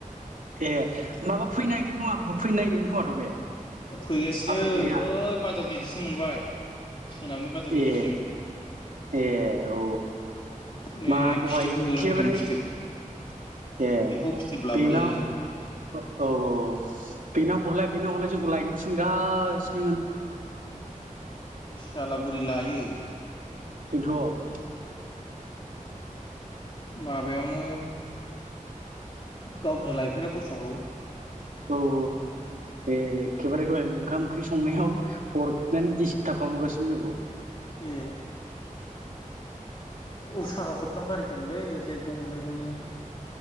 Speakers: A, on the right (about 75°); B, on the left (about 40°).
A: ए माबा फैनो नागिरदों खोमा फैनो नागिरदोंमोन खोमाथ' बे
B: फैगासिनो
A: आफादगिरिया
B: बै बाजार गिदिरसिम मोनबाय सोनाबनि बाजार गिदिरसिम
A: ए ए औ
B: ने
A: मा दहाय
B: फिथोब
A: एखेबारे
B: बगोरा फैदों फिथोब
A: ए
B: एम्फौ फिथोब लाबोदों
A: बेनाव औ औ बेनाव हरलाय बेना हरलाय जोंखौ लायनो थिनगासिनोमोन
B: सला बोरै लायो
A: फैनोथ'
B: माबायावनो गावनो लायफेरा दस्राखौ
A: औ औ ए खेबारे दहायनो ओंखाम ओंख्रि संनायाव हरनानै डिस्टार्ब खालामहरगासिनो जोंखौ
B: ए उसाखा खबथाम गारि फैदोंलै ओरजाय गंनै गंनै